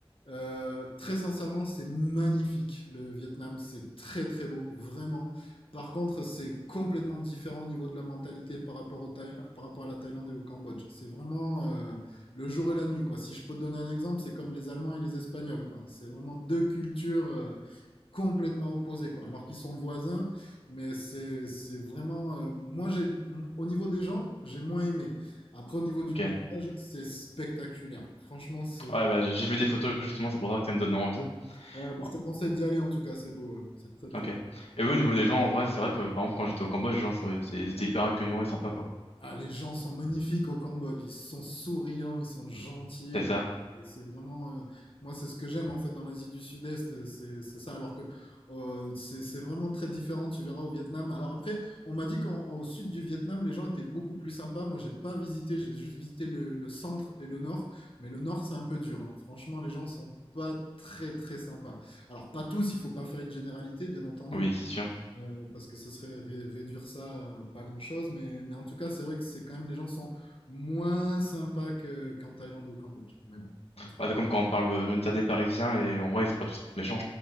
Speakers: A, on the left; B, on the left.
A: euh, très sincèrement, c'est magnifique le Vietnam, c'est très très beau, vraiment. Par contre, c'est complètement différent au niveau de la mentalité par rapport au Thaï- par rapport à la Thaïlande et au Cambodge. C'est vraiment euh, le jour et la nuit, quoi. Si je peux te donner un exemple, c'est comme les Allemands et les Espagnols, quoi. C'est vraiment deux cultures euh, complètement opposées, quoi. Alors qu'ils sont voisins, mais c'est c'est vraiment. euh, moi, j'ai au niveau des gens, j'ai moins aimé. Après, au niveau du
B: ok.
A: paysage, c'est spectaculaire. Franchement, c'est
B: Ouais, bah, j'ai j'ai vu des photos, justement, c'est pour ça que ça me donnait envie.
A: Ouais, mais
B: Ouais.
A: je te conseille d'y aller en tout cas, c'est beau. hein. C'est très très
B: Ok.
A: beau.
B: Et oui, au niveau des gens, en vrai, c'est vrai que, par exemple, quand j'étais au Cambodge, les gens sont, ils étaient hyper accueillants et sympas, quoi.
A: Ah, les gens sont magnifiques au Cambodge, ils sont souriants, ils sont gentils.
B: C'est ça?
A: et- et C'est vraiment, euh, moi c'est ce que j'aime en fait dans l'Asie du Sud-Est, euh, c'est c'est ça. Alors que euh, c'est c'est vraiment très différent, tu verras au Vietnam. Alors après, on m'a dit qu'au sud du Vietnam, les gens étaient beaucoup plus sympas. Moi j'ai pas visité, j'ai juste visité le, le centre et le nord. Mais le nord c'est un peu dur. hein. Franchement, les gens sont pas très très sympas. Alors pas tous, il faut pas faire une généralité, bien entendu.
B: Oui, c'est sûr.
A: euh, parce que ce serait ré- réduire ça à pas grand-chose, mais, mais en tout cas, c'est vrai que c'est quand même les gens sont moins sympas que- qu'en Thaïlande ou au Cambodge. Mais bon, en tout
B: Bah, c'est comme quand on parle, euh, on va des Parisiens et en vrai, ils sont pas tous méchants.